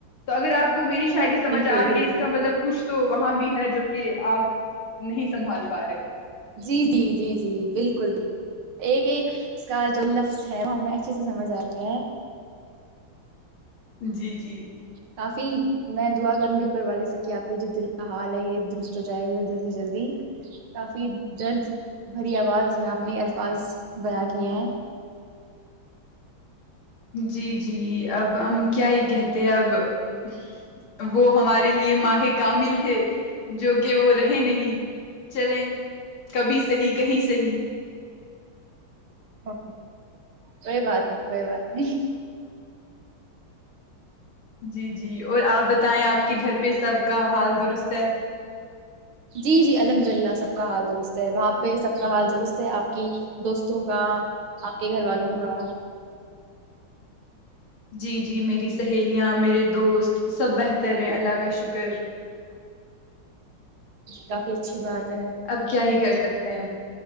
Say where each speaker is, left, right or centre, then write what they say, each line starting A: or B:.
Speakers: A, on the left; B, on the right.
A: تو اگر آپ کو میری شاعری سجھ
B: بالکل
A: آ رہی
B: بالکل
A: ہے اس کا مطلب کچھ تو وہاں بھی ہے جو کہ آپ نہیں سنبھال پا رہے ہو
B: جی جی جی جی جی بالکل بالکل ایک ایک اس کا جو لفظ ہے وہ ہمیں اچھے سے سمجھ آتا ہے
A: جی جی
B: کافی میں دعا کروں گی اوپر والے سے کہ آپ کو ج دل کا حال ہے یہ درست ہو جائے جلدی سے جلدی کافی درد بھری آواز میں آپ نے الفاظ بیاں کیے ہیں
A: جی جی اب ہم کیا ہی کہتے ہیں اب وہ ہمارے لیے ماہے کامل تھے جو کہ وہ رہے نہیں چلیں کبھی صحی کہیں صحی
B: ا کوئی بات نہیں کوئی بات نہیں
A: جی جی اور آپ بتائیں آپ کے گھر پہ سب کا حال درست ہے
B: جی جی الحمد للہ سب کا حال درست ہے وہاں پہ سب کا حال درست ہے آپ کی دوستوں کا آپ کے گھر والوں کا
A: جی جی میری سہیلیاں میرے دوست سب بہتر ہیں اللہ کا شکر
B: کافی اچھی بات ہے
A: اب کیا ہی کر سکتے ہیں